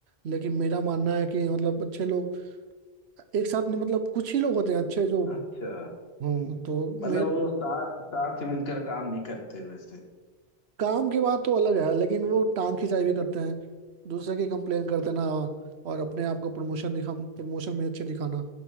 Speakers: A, on the right (about 80°); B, on the left (about 70°).
A: लेकिन मेरा मानना है कि मतलब अच्छे लोग एक साथ में मतलब कुछ ही लोग होते हैं अच्छे जो
B: अच्छा
A: हूँ तो
B: मतलब
A: मेरा
B: वो साथ साथ मिलकर काम नहीं करते वैसे
A: काम की बात तो अलग है लेकिन वो टांग खिंचाई भी करते हैं दूसरे की कंप्लेन कर देना और अपने आप को प्रमोशन दिखा प्रमोशन में अच्छे दिखाना